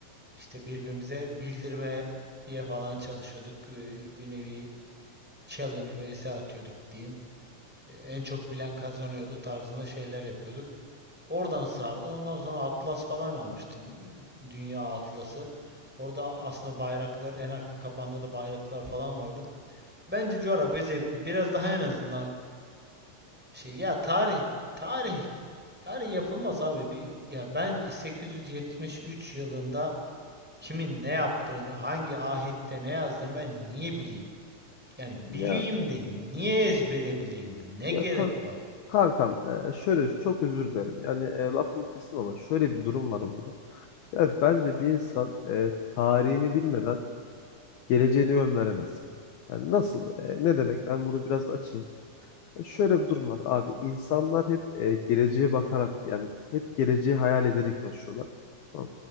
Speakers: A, in the centre; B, on the left (about 65°).
A: işte birbirimize bildirmeye falan çalışıyorduk. Eee, Bir nevi challenge vs atıyorduk diyeyim. Eee, En çok bilen kazanıyordu tarzında şeyler yapıyorduk. Oradan sardı. Ondan sonra atlas falan almıştım. Eee, Dünya atlası. Orada aslında bayraklar en arka kapanda da bayraklar falan vardı. Bence coğrafya zevkli. Biraz daha en azından Şey ya tarih tarih tarih yapılmaz abi. Bir, ya ben 873 yılında kimin ne yaptığını, hangi ahette ne yazdığını ben niye bileyim? Yani
B: Ya
A: bileyim de niye ezbere bileyim? Ne
B: ya
A: gerek
B: kan
A: var?
B: kankam e, şöyle çok özür dilerim. Yani e, lafını kestim ama şöyle bir durum var burada. Yani bence bir insan e, tarihini bilmeden geleceğini ön veremez. Yani nasıl? E, ne demek? Ben bunu biraz açayım. Ya şöyle bir durum var abi. İnsanlar hep e, geleceğe bakarak yani hep geleceği hayal ederek yaşıyorlar. Tamam.